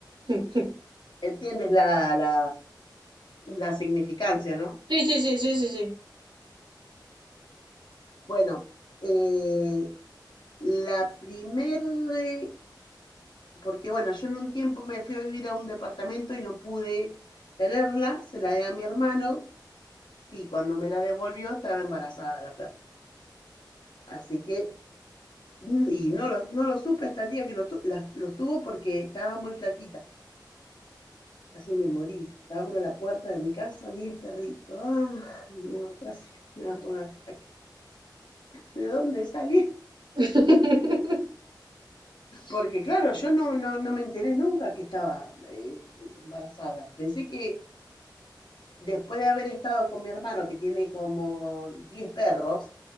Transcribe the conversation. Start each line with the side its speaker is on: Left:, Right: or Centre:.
Right: <laughs>
Left: Entiendes la, la, la significancia, ¿no?
Right: Sí, sí, sí, sí, sí, sí.
Left: Bueno, eh, la primer, eh, porque bueno, yo en un tiempo me fui a vivir a un departamento y no pude tenerla, se la di a mi hermano y cuando me la devolvió estaba embarazada la perra. Así que, y no lo, no lo supe hasta el día que lo, la- los tuvo porque estaba muy flaquita. Casi me morí. Abro la puerta de mi casa, 10 perritos. Ah, y no, casi me agarro un ataque. ¿De dónde salí?
Right: <laughs>
Left: Porque claro, yo no, no, no me enteré nunca que estaba eh, embarazada. Pensé que después de haber estado con mi hermano, que tiene como 10 perros,